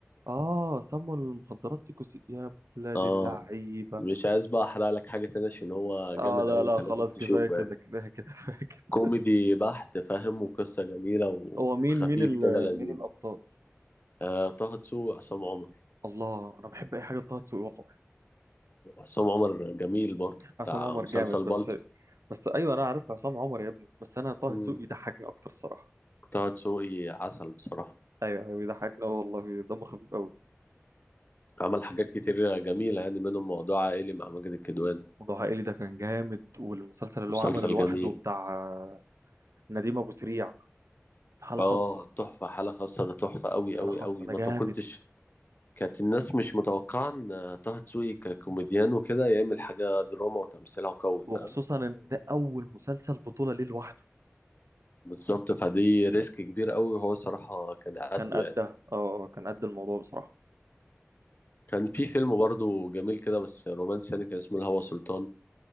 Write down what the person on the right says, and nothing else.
اه سموا المخدرات سيكو سيكو يا بلاد
اللعيبه
اه لا
لا
خلاص
كفايه كده
كفايه كده <laughs>
هو مين
مين ال...
مين الابطال
الله انا بحب اي حاجه لطه دسوقي والله
عصام
عمر
جامد
بس بس ايوه انا عارف عصام عمر يا ابني بس انا طه
دسوقي بيضحكني اكتر الصراحه
ايوه أيوة، بيضحكني أوي والله دمه خفيف قوي
موضوع عائلي ده كان جامد والمسلسل اللي
هو عمله لوحده
بتاع آه، نديم ابو سريع حاله
خاصه
حاله
خاصه
ده
جامد
وخصوصا ان ده اول مسلسل بطوله ليه لوحده
كان قدها
اه آه، كان قد الموضوع بصراحه